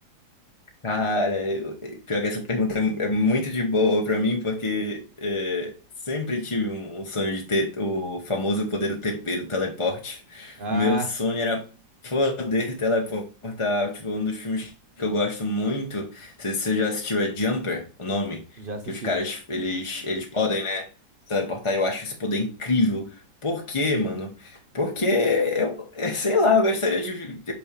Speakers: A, on the left; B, on the right.
A: Cara, eu- é, pior que essa pergunta é é muito de boa pra mim, porque é, sempre tive um um sonho de ter o famoso poder do TP, do teleporte.
B: Ah,
A: Meu sonho era poder teleportar. Tipo, um dos filmes que eu gosto muito, não sei se você já assistiu, é Jumper, o nome,
B: já assisti.
A: que os caras, eles, eles podem, né, teleportar. Eu acho esse poder incrível. Por quê, mano? Porque eu, <laughs> sei lá, eu gostaria de